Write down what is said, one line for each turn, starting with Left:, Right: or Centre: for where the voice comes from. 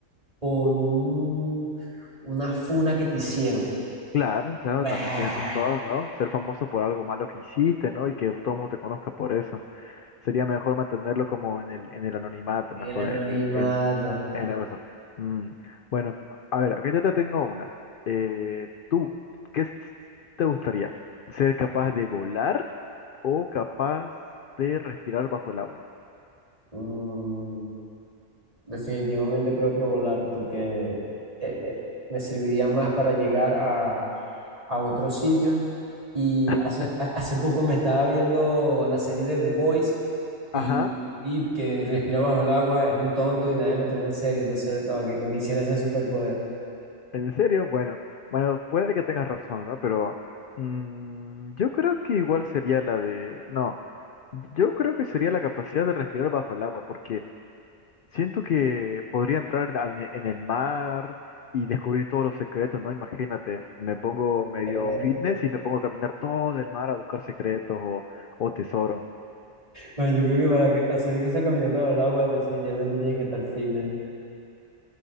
Right: por un, una funa que te hicieron.
Left: Claro, claro,
Right: ¡Bueh!
Left: también tienes razón, ¿no? Ser famoso por algo malo que hiciste, ¿no? Y que todo el mundo te conozca por eso. Sería mejor mantenerlo como en el, en el anonimato,
Right: El
Left: mejor
Right: anonimato.
Left: en el, en, en algo eso. Mm, Bueno, a ver, aquí yo te tengo una. Eh, ¿tú qué s- te gustaría? ¿Ser capaz de volar o capaz de respirar bajo el agua?
Right: Mm, definitivamente creo que volar, porque eh, eh, me serviría más para llegar a, a otros sitios. Y
Left: <laughs>
Right: hace, ha-
Left: <clears throat>
Right: hace poco me estaba viendo la serie de The Boys y,
Left: Ajá,
Right: y Deep, que respira bajo el agua, es un tonto y nadie lo toma en serio. Entonces, no, que- no quisiera ese superpoder.
Left: ¿en serio? Bueno, bueno, puede que tengas razón, ¿no? Pero mm, yo creo que igual sería la de... No, yo creo que sería la capacidad de respirar bajo el agua, porque Siento que podría entrar al- en el mar y descubrir todos los secretos, ¿no? Imagínate, me pongo medio
Right: Eh,
Left: fitness y me pongo a caminar todo el mar a buscar secretos o, o tesoro.
Right: bueno, yo creo que para que- hacer esa caminata bajo el agua, definitivamente tienes que estar fitness.